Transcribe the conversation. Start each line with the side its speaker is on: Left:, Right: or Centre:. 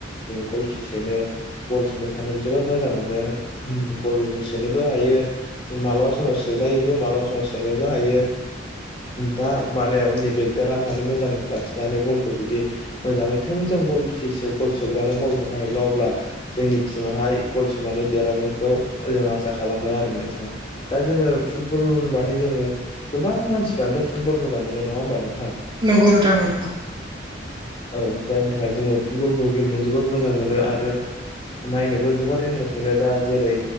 Left: गल खि सोनो गल सोनो थानो जोबोर मोजां मोनो गल सोनोबो हायो मालाबा समाव सोजायोबो मालाबा समाव सोनोबो हायो दा माने उननि बेगदारा माने मोजां लाखिनानै बलखौ जुदि मोजांयै थों जों गल खि गल सोग्रानो बल हरनो हायोब्ला अब्ला जोंनि टिमाहाय गल सोनानै देरहागोनखौ जोंहा आसा खालामो आरो नोंथां दा जोङो फुटबल होनबाथाय जोङो गोबां मानसिफ्रानोथ' फुबल मोजां मोनो नङा होनबा नोंथां
Right: नंगौ नोंथां नंगौ
Left: औ जायनि थाखाय जोङो फुटबलखौ गेलेनो जोबोद मोजां मोनो आरो नायनोबो जोबोर इन्टारेस्ट मोनो दा जेरै